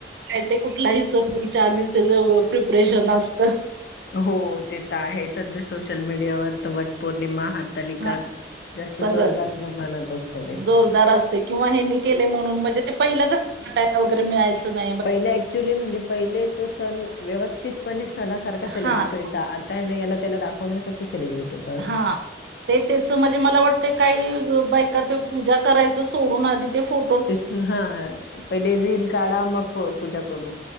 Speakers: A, on the right; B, on the left.
A: काय ते कुठलाही सण यायच्या आधीच त्याच प्रिपरेशन असत.
B: हो ते तर आहेच सध्या सोशल मीडियावर तर वटपौर्णिमा हारतालिका
A: हा
B: जास्त
A: सगळंच
B: जोरदारण म्हणत असत ते.
A: जोरदार असते किंवा ह्यांनी केले म्हणून म्हणजे ते काय लवकर मिळायचं नाय
B: पहिले ॲक्च्युली म्हणजे पहिले तो सण व्यवस्थितपणे सणासारखा सेलिब्रेट
A: हां,
B: होई. ता आता नाय याला त्याला दाखवण्यासाठी सेलिब्रेटी होत.
A: हां. ते त्याचं म्हणजे मला वाटतंय काही बायका ते पूजा करायचं सोडून आधी ते फो
B: ते स हां पहिले रील काढा, मग फो पूजा करू.